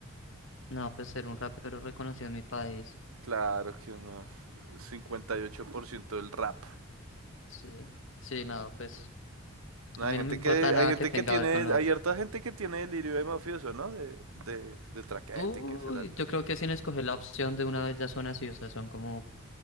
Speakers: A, on the left; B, on the right.
A: No, pues ser un rapero reconocido en mi país.
B: Claro que no. 58% del rap.
A: Sí, sí, no, pues
B: No,
A: a
B: hay
A: mí
B: gente
A: no me importa
B: que,
A: nada
B: hay gente
A: que tenga
B: que tiene,
A: que ver con lo otro.
B: hay harta gente que tiene delirio de mafioso, ¿no? De, de, de traquete
A: Uy,
B: y que se las
A: yo creo que sin escoger la opción de una vez ya son así, o sea, son como